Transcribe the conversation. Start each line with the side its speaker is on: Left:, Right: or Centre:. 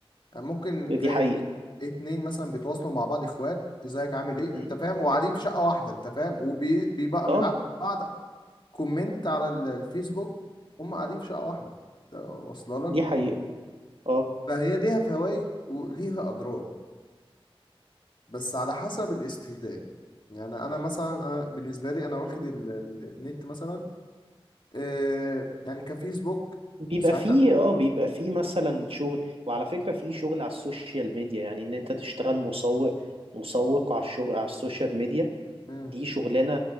Left: ممكن
Right: دي
Left: تلاقي
Right: حقيقة
Left: اتن- اتنين مثلا بيتواصلوا مع بعض اخوات ازيك عامل ايه
Right: امم
Left: انت فاهم وقاعدين في شقة واحدة انت فاهم وبيبقى
Right: اه
Left: بيبعتوا لبعض كومنت على ال- الفيسبوك هم قاعدين في شقة واحدة انت واصله لك
Right: دي حقيقة اه
Left: فهي ليها فوائد وليها اضرار بس على حسب الاستخدام يعني انا مثلا انا بالنسبه لي انا واخد
Right: مم.
Left: ال- ال- النت مثلا آه يعني كفيسبوك
Right: بيبقى
Left: ساعتها
Right: فيه اه بيبقى فيه مثلا شغل وعلى فكرة فيه شغل على السوشيال ميديا يعني ان انت تشتغل مسوق مسوق على الشغل على السوشيال ميديا
Left: مم.
Right: دي شغلانة